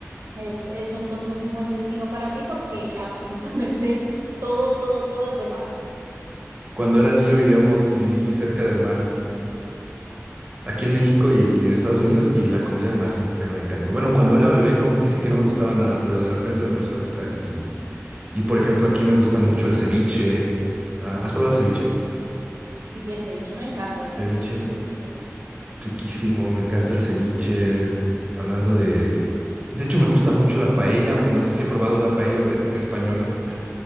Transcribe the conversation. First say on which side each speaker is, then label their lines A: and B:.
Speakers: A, on the right; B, on the right.
A: Es, es entonces un buen destino para ti porque <laughs> absolutamente todo, todo, todo es de mar.
B: Cuando era niño vivíamos, viví cerca del mar Aquí en México y, y en Estados Unidos y la comida de mar siempre me encantó. Bueno, cuando era bebé, no, dicen que no me gustaba nada, pero de repente me empezó a gustar y, y, y, por ejemplo, aquí me gusta mucho el ceviche. Ah, ¿has probado el ceviche?
A: Sí, y el ceviche me encanta, eso
B: Ceviche,
A: sí. es delicioso.
B: riquísimo,
A: Ujú.
B: me encanta el ceviche. Hablando de... De hecho, me gusta mucho la paella, aunque no sé si he probado una paella auténtica española.